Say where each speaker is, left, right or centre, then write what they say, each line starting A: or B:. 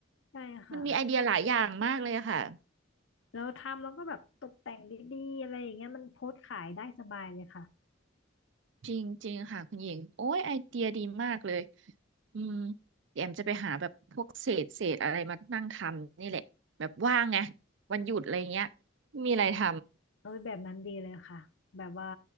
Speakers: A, on the left; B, on the right.
A: ใช่ค่ะ
B: มันมีไอเดียหลายอย่างมากเลยอะค่ะ
A: แล้วทำแล้วก็แบบตกแต่งดีๆอะไรอย่างเงี้ยมันโพสต์ขายได้สบายเลยค่ะ
B: จริงจริงค่ะคุณหญิงโอ้ยไอเดียดีมากเลยอืมเดี๋ยวแอมจะไปหาแบบพวกเศษเศษอะไรมานั่งทำนี่แหละแบบว่างไงวันหยุดอะไรเงี้ยมีอะไรท
A: เออแบบนั้นดีเลยค่ะแบบว่า